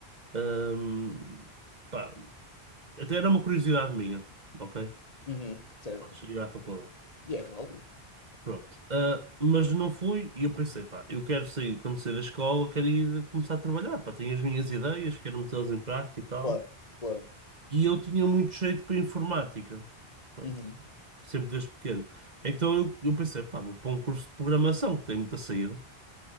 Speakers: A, on the right; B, on the left.
A: Ahm, pá, até era uma curiosidade minha, ok?
B: Uhum. Certo.
A: Pronto, cheguei à faculdade.
B: E é válido.
A: Pronto. Ah, mas não fui e eu pensei, pá, eu quero sair, quando sair da escola, quero ir começar a trabalhar, pá, tenho as minhas ideias, quero metê-las em prática e tal.
B: Claro, claro.
A: E eu tinha muito jeito para informática. Pronto.
B: Uhum.
A: Sempre desde pequeno. Então eu, eu pensei, pá, vou para um curso de programação, que tem muita saída.